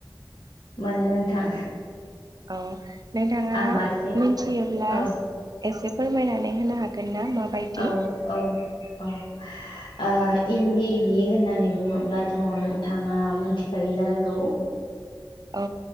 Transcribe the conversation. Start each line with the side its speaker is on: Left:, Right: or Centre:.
Left: मोनो नोंथां
Right: औ नोंथाङा
Left: आं बासिं
Right: मिथियोब्ला
Left: औ
Right: एसे फोरमायनानै होनो हागोन ना? माबायदि?
Left: औ औ औ। ओ इन्दि हि होननानै बुङोब्लाथ' नोंथाङा मोनथिखायो जानांगौ।
Right: औ